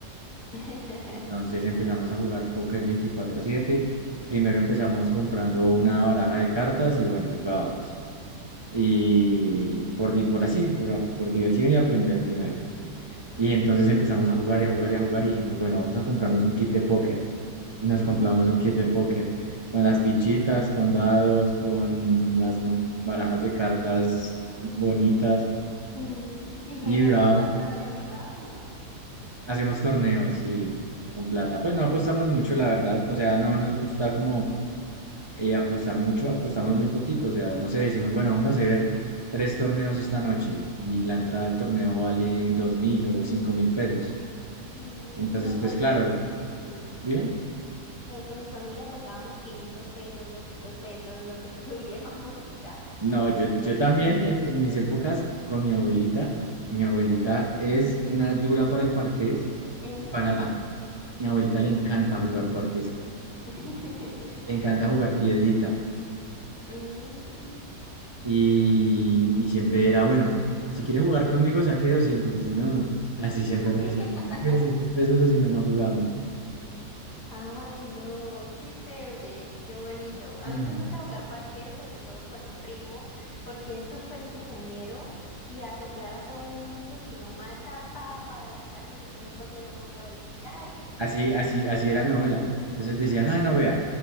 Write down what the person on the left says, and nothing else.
<laughs>
Mm.
<laughs>
Mm, ¿Y
juegan
plata de verdad o no?
Mm,
no
confío.
Sí.
No, con mi familia pasábamos 500 pesos, 200 pesos, lo que <laughs> tuviéramos y ya.
Sí.
¿En
serio?
<laughs>
Mm.
<laughs>
Ay, no, qué chévere, qué bonito. A
mí me gusta jugar parqués, sobre todo con un primo, porque es súper cizañero y a soplar a todo el mundo y si no mata, pa, para la cárcel usted porque no mató y si, ay, entonces,